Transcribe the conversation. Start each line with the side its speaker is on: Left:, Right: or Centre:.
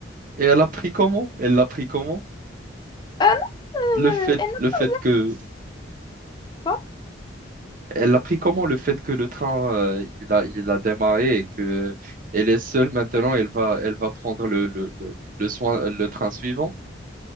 Right: Et elle a pris comment? Elle l'a pris comment?
Left: Ah non,
Right: Le fait,
Left: euh, elle n'a
Right: le fait
Left: pas...
Right: que...
Left: Quoi?
Right: Elle a pris comment le fait que le train, euh, il a, il a démarré et que elle est seule maintenant, elle va, elle va prendre le, le, le, le soin, le train suivant.